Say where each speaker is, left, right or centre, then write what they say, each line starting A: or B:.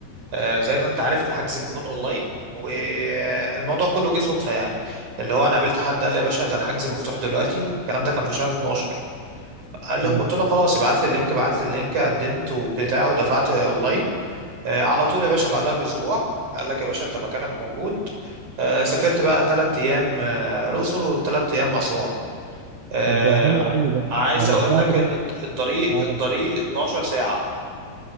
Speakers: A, on the right (about 45°); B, on the right (about 75°).
A: آه، زي ما انت عارف الحجز بيكون اونلاين والموضوع كله جه صدفة يعني اللي هو انا قابلت حد قال لي يا باشا ده الحجز مفتوح دلوقتي الكلام ده كان في شهر 12 قال
B: حلو
A: لي قلت له خلاص ابعت لي اللينك ابعت لي اللينك قدمت وبتاع ودفعت اونلاين آه، على طول يا باشا بعدها باسبوع قال لك يا باشا انت مكانك موجود آه، سافرت بقى ثلاث ايام آه، الاقصر وثلاث ايام اسوان آه،
B: طب حلو قوي ده
A: عايز
B: انا
A: اقول
B: سمعت
A: لك
B: كده
A: ان الط- الطريق
B: اه
A: الطريق 12 ساعه